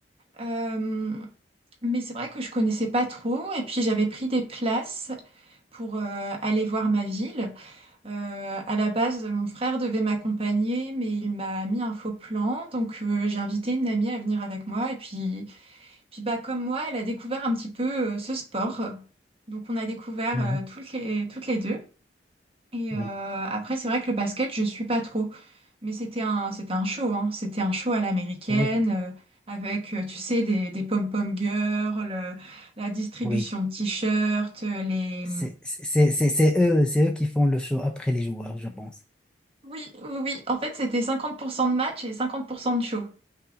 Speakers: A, on the right; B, in the centre.
A: Euh, mais c'est vrai que je connaissais pas trop et puis j'avais pris des places pour euh, aller voir ma ville. Euh, à la base, mon frère devait m'accompagner, mais il m'a mis un faux plan. Donc, euh, j'ai invité une amie à venir avec moi. Et puis, puis bah, comme moi, elle a découvert un petit peu euh, ce sport. Donc, on a découvert
B: Mhm.
A: euh, toutes les, toutes les deux. Et
B: Oui,
A: euh, après, c'est vrai que le basket, je suis pas trop. Mais c'était un, c'était un show, hein. C'était un show à l'américaine,
B: oui,
A: euh, avec, euh, tu sais, des, des pom-pom girls, euh, la distribution
B: oui.
A: de t-shirts, euh, les
B: C'est c'est- c'est- c'est eux, c'est eux qui font le show après les joueurs, je pense.
A: Oui, oui, oui. En fait, c'était 50% de match et 50% de show.